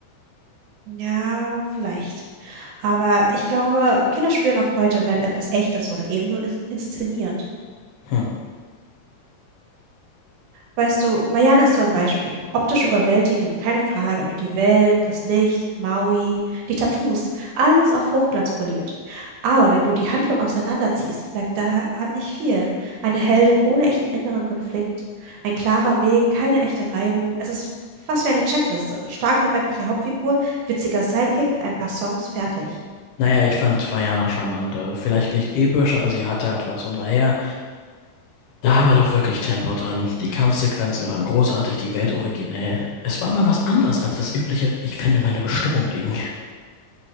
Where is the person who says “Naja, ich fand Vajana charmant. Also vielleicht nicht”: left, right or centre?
Left